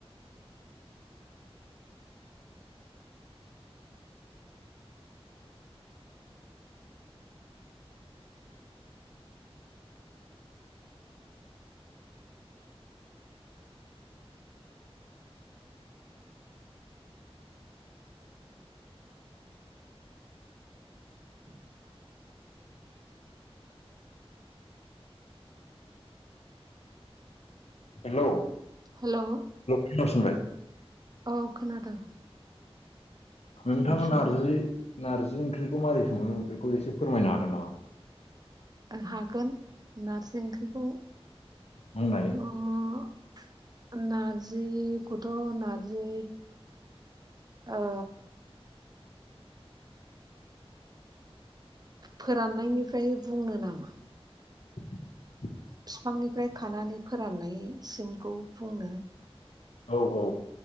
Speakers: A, on the right; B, on the left.
A: <inaudible>
B: हेलौ
A: हेल'
B: <unintelligible>
A: औ खोनादों
B: नोंथाङा
A: खोनाफिनबाय
B: नारजि नारजि ओंख्रिखौ माबोरै सङो बेखौ एसे फोरमायनो हागोन नामा
A: हागोन नारजि ओंख्रिखौ
B: बुंनाय
A: ओ नारजिखौथ' नारजि ओ फोराननायनिफ्राय बुंनो नामा
B: <inaudible>
A: बिफांनिफ्राय खानानै फोराननायसिमखौ बुंनो
B: औ औ